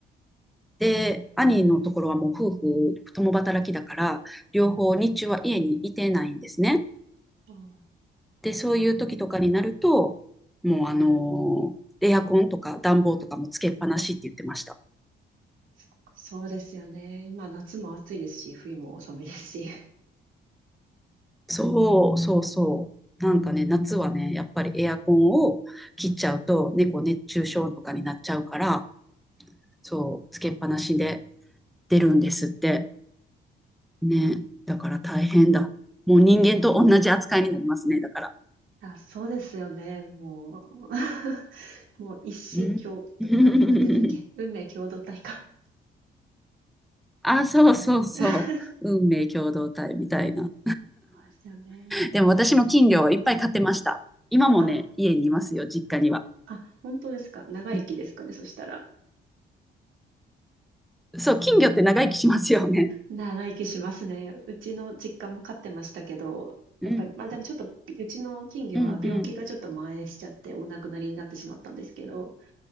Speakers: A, in the centre; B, on the right (about 75°).
A: で、兄のところはもう夫婦共働きだから、両方日中は家にいてないんですね。
B: ああ、
A: で、そういう時とかになると、もうあのーエアコンとか暖房とかもつけっぱなしって言ってました。
B: そうか。そうですよね。今、夏も暑いですし、冬も寒いですし。
A: そう、そうそう。なんかね、夏はね、やっぱりエアコンを切っちゃうと、猫熱中症とかになっちゃうから、そう、つけっぱなしで出るんですって。ね、だから大変だ。もう人間と同じ扱いになりますね、だから。
B: あ、そうですよね。もう、<laughs> もう一心共、
A: うん。<laughs>
B: なん、なんていうんだっけ。運命共同体か。
A: あ、そうそうそう。
B: もう <laughs> そう
A: 運命共同体みたいな。
B: ですよね。
A: でも私も金魚をいっぱい飼ってました。
B: やばい。
A: 今もね、
B: あ、
A: 家にいますよ、実家には。
B: あ、本当ですか。長生きですかね。
A: うん
B: そしたら。
A: そう、金魚って長生きしますよね。
B: 長生きしますね。うちの実家も飼ってましたけど、
A: うん
B: やっぱり、まあでもちょっと、うちの金魚は病気がちょっと蔓延しちゃって、
A: うんうん。
B: お亡くなりになってしまったんですけど、